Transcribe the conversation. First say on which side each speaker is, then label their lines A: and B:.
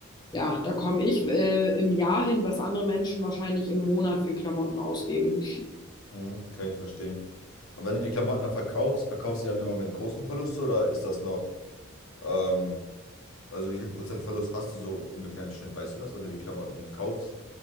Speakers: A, on the left (about 20°); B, on the left (about 80°).
A: ja, da komme ich äh, im Jahr hin, was andere Menschen wahrscheinlich im Monat für Klamotten ausgeben.
B: Mhm, kann ich verstehen. Und wenn du die Klamotten dann verkaufst, verkaufst du die dann immer mit großen Verlust oder ist das noch, ähm, also wie viel Prozent Verlust hast du so ungefähr im Schnitt? Weißt du das, wenn du die Klamotten kaufst